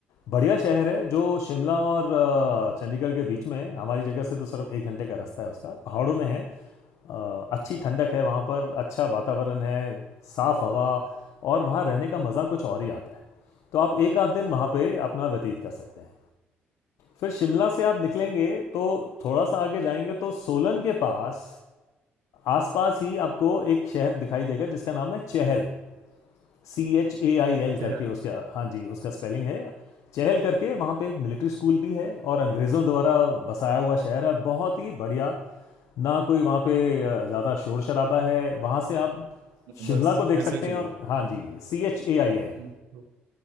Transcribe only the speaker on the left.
बढ़िया शहर है जो शिमला और अ, चंडीगढ़ के बीच में है हमारी जगह से तो सिर्फ एक घंटे का रास्ता है उसका पहाड़ों में है अ, अच्छी ठंडक है वहाँ पर अच्छा वातावरण है साफ़ हवा और वहाँ रहने का मज़ा कुछ और ही आता है तो आप एक आध दिन वहाँ पे अपना व्यतीत कर सकते हैं फिर शिमला से आप निकलेंगे तो थोड़ा सा आगे जाएंगे तो सोलन के पास आसपास ही आपको एक शहर दिखाई देगा जिसका नाम है चहल सी एच ए आई एल करके
उसका हाँ जी उसका स्पेलिंग है चहल करके वहाँ पे एक मिलिट्री स्कूल भी है और अंग्रेज़ों द्वारा बसाया हुआ शहर है बहुत ही बढ़िया ना कोई वहाँ पे ज़्यादा शोर शराबा है वहाँ से आप शिमला
को देख
सकते हैं
और हाँ जी सी एच ए आई एल